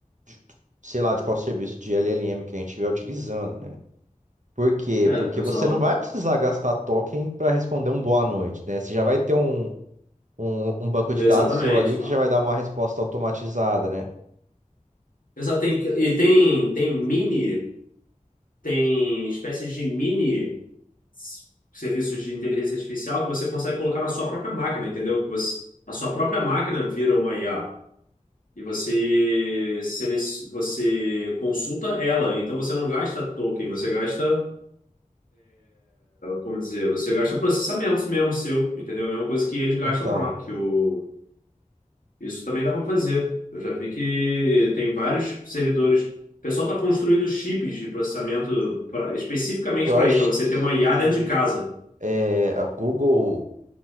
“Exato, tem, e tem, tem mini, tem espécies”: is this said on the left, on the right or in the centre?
Left